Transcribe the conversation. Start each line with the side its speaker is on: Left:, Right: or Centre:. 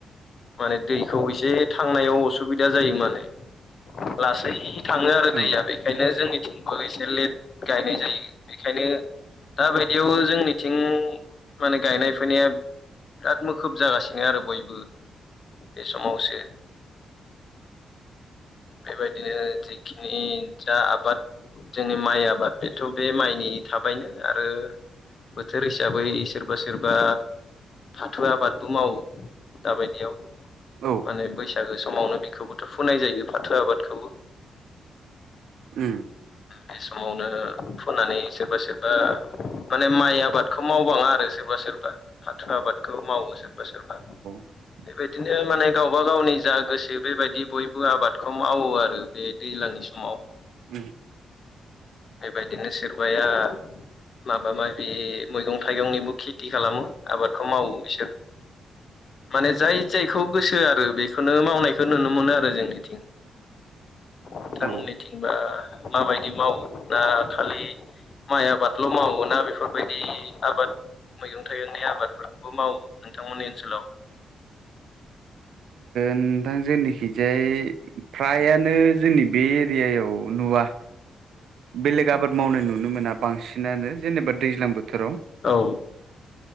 Left: माने दैखौ एसे थांनायाव असुबिदा जायो माने लासै थाङो आरो
Right: औ
Left: दैया बेखायनो जोंनिथिंबो एसे लेट गायनाय जायो बेखायनो दा बायदियाव जोंनिथिं माने गायनाय फुनाया मोखुब जागासिनो आरो बयबो बे समावसो
Right: <inaudible>
Left: बेबायदिनो जिखिनि जा आबाद जोंनि माइ आबाद बेथ' बे माइनि थाबायनो आरो बोथोर हिसाबै सोरबा सोरबा थु आबादबो मावो दाबायदियाव।
Right: औ
Left: माने बैसागो समावनो बिखौबोथ' फुननाय जायो फाथो आबादखौबो।
Right: उम
Left: बे समावनो फुनानै सोरबा सोरबा माने माइ आबादखौ मावबाङा आरो सोरबा सोरबा फाथो आबादखौ मावो सोरबा सोरबा।
Right: <inaudible>
Left: बेबायदिनो माने गावबा गावनि जा गोसो बेबायदि बयबो आबादखौ मावो आरो बे दैज्लांनि समाव।
Right: उम
Left: बेबायदिनो सोरबाया माबाबा बे मैगं थाइगंनिबो खेथि खालामो आबादखौ मावो बिसोर माने जाय जायखौ गोसो आरो बेखौनो मावनायखौ नुनो मोनो आरो जोंनिथिं। नोथांमोननिथिंबा
Right: औ ओ
Left: माबायदि मावो ना खालि माइ आबादल' मावोना बेफोरबायदि आबाद मैगं थाइगंनि आबादफोरखौबो मावो नोंथांमोननि ओनसोलाव?
Right: नोंथां जनिखिजाय फ्रायानो जोंनि बे एरियायाव नुवा। बेलेग आबाद मावनाय नुनो मोना बांसिनानो जेनेबा दैज्लां बोथोराव।
Left: औ।